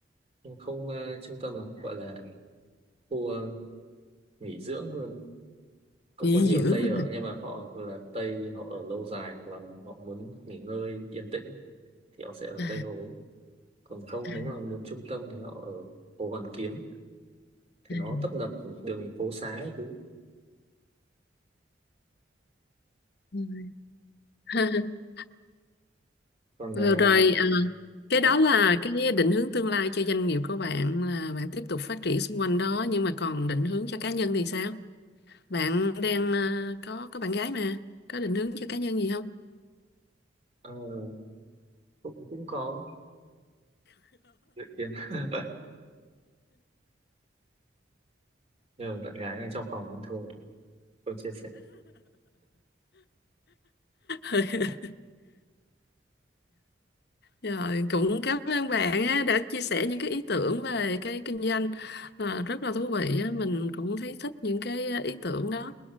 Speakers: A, on the right; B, on the left.
A: thì không ờ, trung tâm lắm gọi là khu ờ, nghỉ dưỡng hơn cũng
B: nghỉ
A: có nhiều
B: dưỡng
A: Tây
B: mà.
A: ở nhưng mà họ là Tây họ ở lâu dài hoặc là họ muốn nghỉ ngơi yên tĩnh thì họ sẽ ở
B: à,
A: Tây Hồ còn không
B: à,
A: nếu mà muốn trung tâm thì họ ở Hồ Hoàn Kiếm thì
B: à.
A: nó tấp nập đường phố xá các thứ
B: Ừ. <laughs>
A: còn
B: Vừa
A: à,
B: rồi à, cái đó
A: dạ,
B: là cái định hướng tương lai cho doanh nghiệp của bạn là bạn tiếp tục phát triển xung quanh đó nhưng mà còn định hướng cho cá nhân thì sao? Bạn đang à, có có bạn gái mà có định hướng cho cá nhân gì không?
A: ờ, cũng cũng có dự kiến <laughs> nhờ bạn gái này trong phòng nên thôi không chia sẻ
B: <laughs> <laughs> Rồi, cũng cảm ơn bạn á, đã chia sẻ những cái ý tưởng về cái kinh doanh à, rất là thú vị á. Mình cũng thấy thích những cái à, ý tưởng đó.